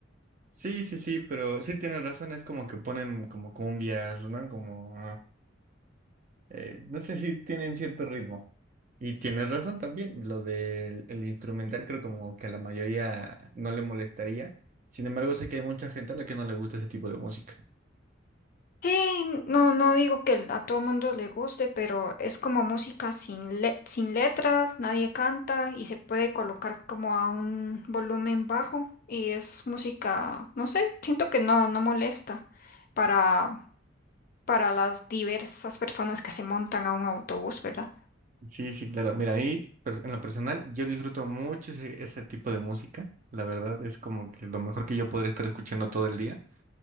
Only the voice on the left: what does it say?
Sí, no, no digo que a todo mundo le guste, pero es como música sin le- sin letra, nadie canta y se puede colocar como a un volumen bajo y es música, no sé, siento que no, no molesta para, para las diversas personas que se montan a un autobús, ¿verdad?